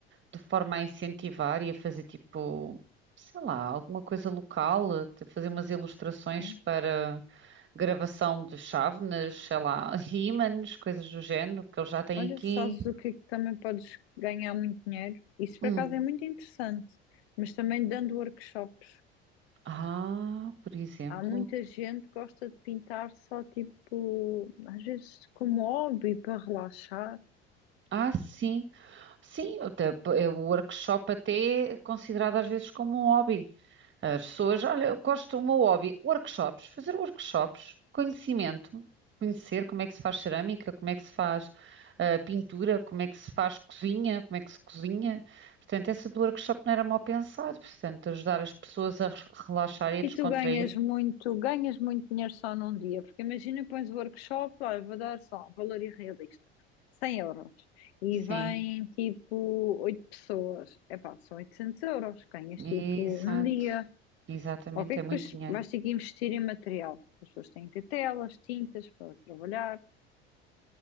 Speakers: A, on the right (about 35°); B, on the left (about 70°).
A: de forma a incentivar e a fazer tipo, sei lá, alguma coisa local, até fazer umas ilustrações
B: Sim.
A: para gravação de chávenas, sei lá, <laughs> ímãs, coisas do género, que eles já têm
B: Olha,
A: aqui.
B: sabes o que é que também podes ganhar muito dinheiro? Isso
A: Hum.
B: por acaso é muito interessante, mas também dando workshops.
A: Ah, por exemplo.
B: Há muita gente que gosta de pintar só tipo, às vezes como hobby para relaxar.
A: Ah, sim. Sim, até- p- é o workshop até é considerado às vezes como um hobby. As pessoas, olha, eu gosto do meu hobby, workshops, fazer workshops, conhecimento, conhecer como é que se faz cerâmica, como é que se faz ah, pintura, como é que se faz cozinha, como é que se cozinha. Portanto, essa do workshop não era mal pensado, portanto, ajudar as pessoas a re- relaxar e
B: E
A: a descontrair.
B: tu ganhas muito, ganhas muito dinheiro só num dia, porque imagina, pões o workshop, olha, vou dar só, valor irrealista, 100 euros, e
A: Sim,
B: vêm tipo 8 pessoas, epá, são 800 euros, ganhas
A: exato,
B: tipo num dia,
A: exatamente,
B: ok,
A: é
B: que
A: muito
B: depois
A: dinheiro.
B: vais ter que investir em material, as pessoas têm que ter telas, tintas para trabalhar,